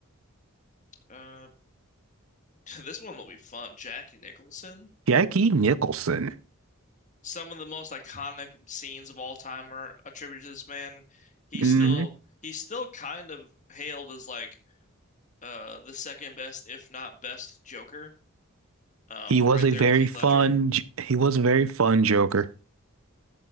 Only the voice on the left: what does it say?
Uh, <laughs> this one will be fun. Jack Nicholson.
some of the most iconic scenes of all time are attributed to this man. He's
still he's still kind of hailed as like uh the second best, if not best, Joker. Um,
right
there
with Heath
Ledger.